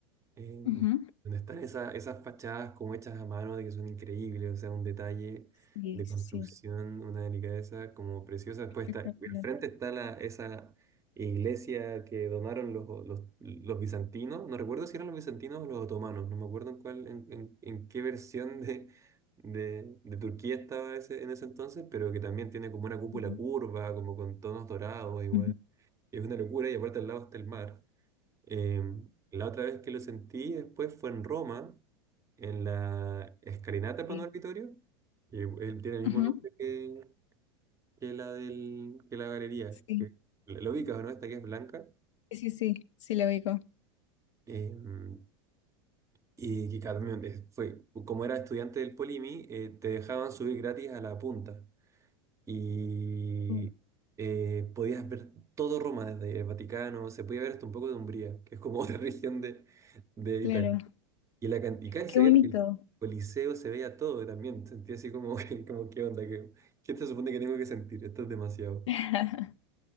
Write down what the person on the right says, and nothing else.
em,
donde están esas, esas fachadas como hechas a mano, de que son increíbles, o sea, un detalle
de
construcción,
una delicadeza como preciosa. Después
está, al frente está la, esa iglesia que donaron los, los, los bizantinos, no recuerdo si eran los bizantinos o los otomanos, no me acuerdo en cuál, en, en- en qué versión de, de, de Turquía estaba ese, en ese entonces, pero que también tiene como una cúpula
curva, como con tonos dorados igual.
Es una locura y aparte al lado está el mar. Em, la otra vez que lo sentí después fue en Roma, en la escalinata Pano
Arbitorio, que él tiene el mismo
nombre que, que la del, que la galería.
que- lo ubicas, ¿no? Esta que es blanca.
Em, y que cada- también eh, fue, como era estudiante del Polimi, eh, te dejaban subir gratis a la punta. Y
eh, podías ver todo Roma desde el Vaticano, se podía ver hasta un poco de Umbría, que es como otra <laughs> región de, de
Italia. Y la can- y canticán
se
veía el, el Coliseo, se veía todo y también. Sentí así como, que- <laughs> como ¿qué onda? ¿Qué, qué se supone que tengo que sentir? Esto es demasiado.